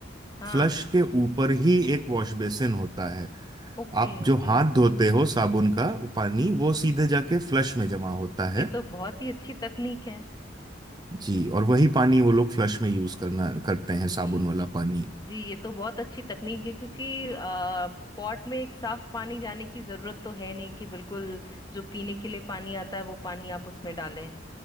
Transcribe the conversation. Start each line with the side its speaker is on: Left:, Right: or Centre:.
Left: हाँ
Right: फ्लश के ऊपर ही एक वॉश बेसिन होता है
Left: Okay
Right: आप
Left: okay
Right: जो हाथ धोते हो साबुन का वो पानी वो सीधे जाके फ्लश में जमा होता है
Left: ये तो बहुत ही अच्छी तकनीक है
Right: जी और वही पानी वो लोग फ्लश में यूज करना करते
Left: जी
Right: हैं साबुन वाला पानी
Left: जी ये तो बहुत अच्छी तकनीक है क्योंकि आ, पॉट में एक साफ पानी जाने की जरूरत तो है नहीं कि बिल्कुल जो पीने के लिए पानी आता है वो पानी आप उसमें डालें